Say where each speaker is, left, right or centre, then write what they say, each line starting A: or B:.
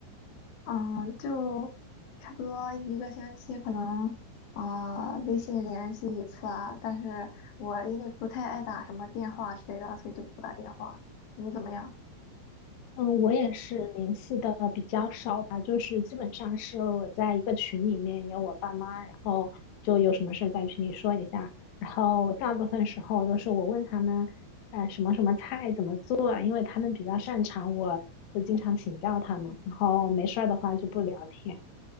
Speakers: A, on the left; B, on the left.
A: 嗯，就差不多一个星期可能啊、呃微信联系一次啊，但是我因为不太爱打什么电话之类的，所以就不打电话。你怎么样？
B: 嗯，我也是联系的比较少吧，就是基本上是我在一个群里面有我爸妈，然后就有什么事在群里说一下，然后大部分时候都是我问他们，呃，什么什么菜怎么做啊，因为他们比较擅长，我就经常请教他们，然后没事儿的话就不聊天。